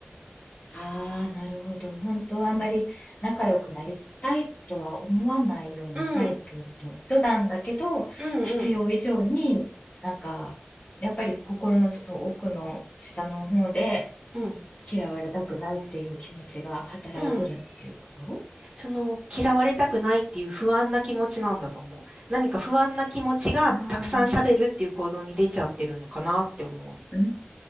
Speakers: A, on the left (about 30°); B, on the right (about 25°).
A: ああ、なるほど。本当はあまり仲良くなりたいとは思わないようなタイプの人なんだけど、
B: うん、うん、うん、
A: 必要以上になんか、
B: うん、
A: やっぱり心のその奥の下の方で
B: うん、
A: 嫌われたくないっていう気持ちが働いてるっていうこと
B: うん。その、嫌われたくないっていう不安な気持ちなんだと思う。何か不安な気持ちがたくさん喋るっていう行動に出ちゃってるのかなって思うの。
A: ああ、うー